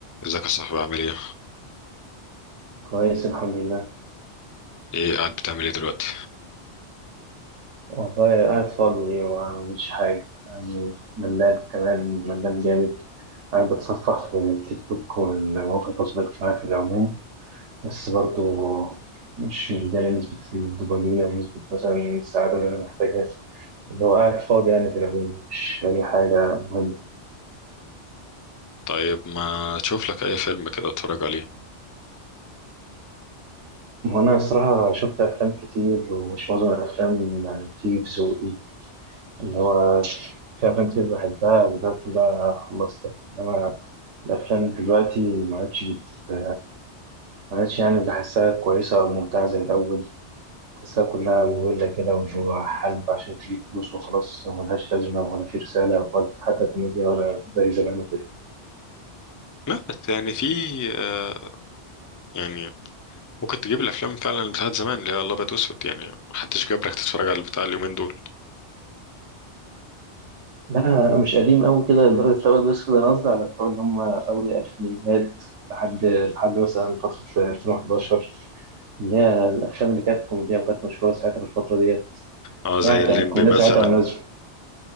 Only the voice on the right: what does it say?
كويس الحمد لله
والله قاعد فاضي وما بعملش حاجة يعني ملان كمان ملان جامد قاعد بتصفح في التيك توك والمواقع التواصل الاجتماعي في العموم بس برضو مش مداني نسبة الدوبامين أو نسبة مثلا السعادة اللي أنا محتاجها اللي هو قاعد فاضي يعني في العموم مش أي حاجة مهمة
وأنا الصراحة شفت أفلام كتير ومش معظم الأفلام يعني بتيجي في ذوقي اللي هو في أفلام كتير بحبها وده بقى خلصتها إنما الأفلام دلوقتي ما عادش بت... ما عادش يعني بحسها كويسة أو ممتعة زي الأول بحسها كلها مملة كده واللي هو حلب عشان تجيب فلوس وخلاص ملهاش لازمة ولا في رسالة ولا في حتى كوميديا ولا زي زمان وكده
لا أنا مش قديم أوي كده لدرجة الأبيض بس ده أنا قصدي على بتوع اللي هم أول الألفينيات لحد لحد مثلا فترة 2011 اللي هي الأفلام اللي كانت كوميدية وكانت مشهورة ساعتها في الفترة ديت
يعني
كانت الكوميديا
ساعتها مناسبة